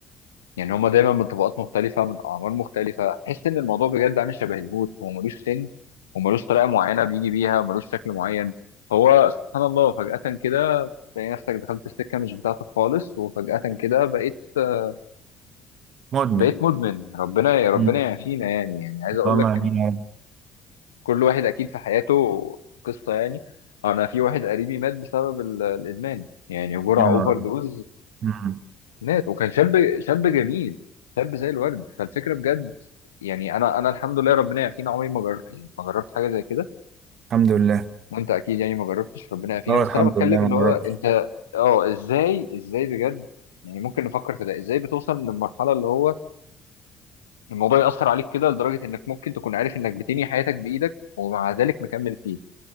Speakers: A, on the left; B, on the right.
A: يعني هما دايما من طبقات مختلفة من أعمار مختلفة تحس إن الموضوع بجد عامل شبه الهوت هو ملوش سن وملوش طريقة معينة بيجي بيها وملوش شكل معين هو سبحان الله فجأة كده تلاقي نفسك دخلت السكة مش بتاعتك خالص وفجأة كده بقيت آه،
B: مدمن
A: بقيت مدمن ربنا ربنا
B: مم.
A: يعافينا يعني يعني عايز أقول
B: اللهم
A: لك
B: امين يا رب
A: كل واحد اكيد في حياته قصه يعني انا في واحد قريبي مات بسبب ال- الادمان يعني جرعه
B: يا نهار
A: اوفر
B: أبيض.
A: دوز
B: مم.
A: مات وكان شاب شاب جميل شاب زي الورد فالفكره بجد يعني انا انا الحمد لله ربنا يعافينا عمري ما جر... يعني ما جربت حاجه زي كده
B: الحمد لله
A: وانت اكيد يعني ما جربتش ربنا يعافينا
B: اه
A: بس
B: الحمد
A: انا بتكلم
B: لله
A: ان
B: ما جربتش
A: هو انت اه ازاي ازاي بجد يعني ممكن نفكر في ده ازاي بتوصل للمرحله اللي هو الموضوع ياثر عليك كده لدرجه انك ممكن تكون عارف انك بتنهي حياتك بايدك ومع ذلك مكمل فيه